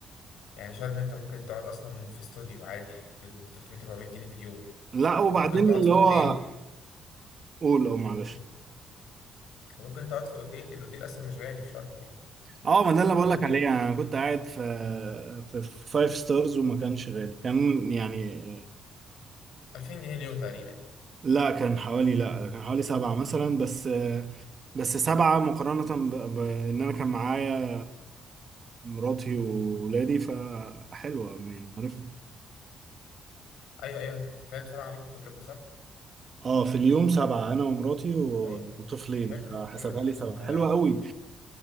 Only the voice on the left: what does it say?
يعني شرم انت ممكن تقعد اصلا في استوديو عادي ب 300 400 جنيه في اليوم
وممكن تقعد
في اوتيل
مم. وممكن تقعد في اوتيل الاوتيل اصلا مش غالي في شرم يعني
اعتقد
2000 جنيه اليوم تقريبا يعني
ايوه ايوه انت بتتكلم سبعه عليك كلكم صح
طيب
حلو
حلو جدا
كمان